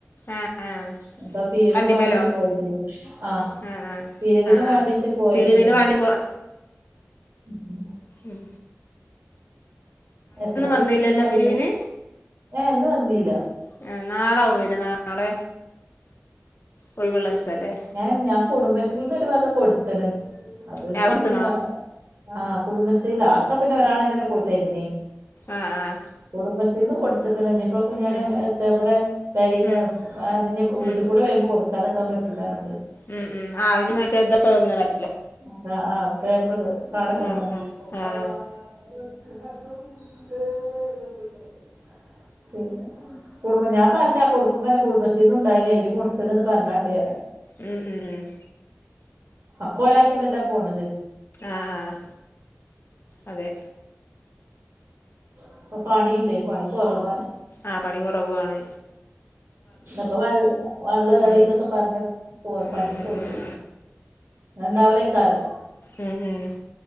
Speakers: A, on the left (about 55°); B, on the right (about 75°).
A: ആഹ് ആഹ്
B: എന്തോ പിരുവിന്
A: വണ്ടിമേലോ
B: വേണ്ടിട്ട് പോയതേനി. ആഹ്
A: ആഹ് ആഹ്
B: പിരിവിന്
A: ആഹ്
B: വേണ്ടിട്ട്
A: ആഹ്
B: പോയതേനിയർഞ്.
A: പിരിവിന് വാണ്ടി
B: ഉം ഉം
A: ഉം
B: എത്ര കിട്ടി
A: വന്നില്ലല്ലോ
B: എന്നൊന്നും അറിയില്ല
A: പിരിവിന്
B: ഏ ഇന്ന് വന്നില്ല
A: ഏഹ് നാളെ ആവും വര നാളെ ഒയിവുള്ള ദിവസല്ലേ
B: ഞ ഞാൻ കുടുംബശ്രീന്ന് ഒരുവക കൊടുത്ണ് അത്
A: ബാഗ് കൊടുത്ത്ണോ
B: ഇഞ്ഞും വ ആഹ് കുടുംബശ്രീലാ അഒക്കെ പിന്നെ ഒരാളെന്നെ കൊ തര്ന്
A: ആഹ് ആഹ്
B: കുടുംബശ്രീന്ന് കൊടുത്ത്ക്ക്ണ് ഇനി ഇപ്പോ കുഞ്ഞാൻ
A: ഉം
B: എത്ത ഇബടെ പെരീന്ന്
A: ഉം
B: വാങ്ങന്നെ വീട്ട്
A: ഉം
B: കൂടെ വരുമ്പോ കൊടുക്കാതക്കാൻ പറ്റൂല്ലാർഞ്ഞ്ട്ട്
A: ഉം ഉം ആഹ് അയിന് മറ്റേ ഇതൊക്കെ ഇങ്ങനെല്ലോ
B: ആഹ് ആഹ് പേപ്പറ് പാടൊക്കെ
A: ആഹ്
B: വന്ന്ണ് <unintelligible>
A: ആഹ് ആഹ് ആഹ്
B: കുടുംബം ഞാൻ പറഞ്ഞ് കൊടുക്കുമ്മേന്നെ കുടുംബശ്രീന്ന് ഉണ്ടായിനി അയില് കൊടുത്തണ്ന്ന് പറഞ്ഞാണ്ടി അർയാ
A: ഉം ഉം ഉം
B: ഒക്കൊരാക്കന്നല്ലേ പോണത്
A: ആഹ് ആഹ് അതെ
B: ഇപ്പ പണി ഇല്ലേ പണി കൊറവാണ്
A: ആഹ് പണി കൊറവു ആണ്
B: ഇന്ന്പ്പോ വൾ വെള്ളം ഏറിന്നൊക്കെ
A: ഉം
B: പറഞ്ഞ് പോ പണിക്ക്
A: ഉം ഉം
B: പോയിട്ടൂല്ല
A: ഉം
B: ന്ന് ണ്ടാവുലേക്കാരം
A: ഉം ഉം